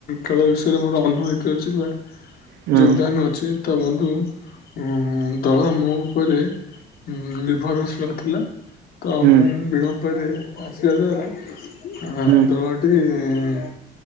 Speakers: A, on the left; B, on the right.
A: ଖେଳ ବିଷୟରେ ମୋର ଅନୁଭୁତି <unintelligible>
B: ହୁଁ
A: ଯୋଗଦାନ ଅଛି, ତ ବନ୍ଧୁ ଉଁ ଦଳ ମୋ ମୋ ଉପରେ ନିର୍ଭରଶୀଳ ଥିଲା ତ
B: ହୁଁ
A: ମୁଁ ବିଳ ମ୍ବ ରେ ଆସିବା ଦ୍ୱାରା ଆ
B: ହୁଁ।
A: ଦଳଟି